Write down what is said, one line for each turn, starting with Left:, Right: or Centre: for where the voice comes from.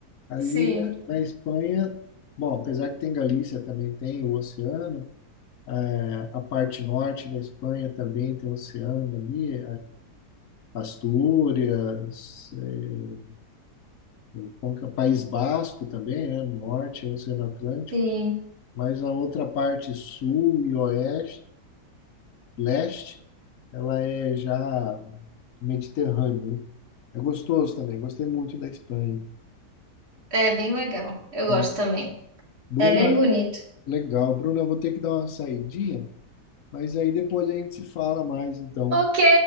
Left: Ali
Right: Sim,
Left: na, na Espanha, bom, apesar que tem Galícia, também tem o oceano, é, a parte norte da Espanha também tem o oceano ali, Astúrias, eh, o como que é? País Basco também, né? no Norte, Oceano Atlântico,
Right: sim.
Left: mas a outra parte sul e oeste, leste, ela é já Mediterrâneo. né? É gostoso também, gostei muito da Espanha.
Right: É bem legal. Eu gosto
Left: né?
Right: também.
Left: Bruna,
Right: É bem bonito.
Left: legal. Bruna, eu vou ter que dar uma saidinha, mas aí depois a gente se fala mais, então.
Right: Ok,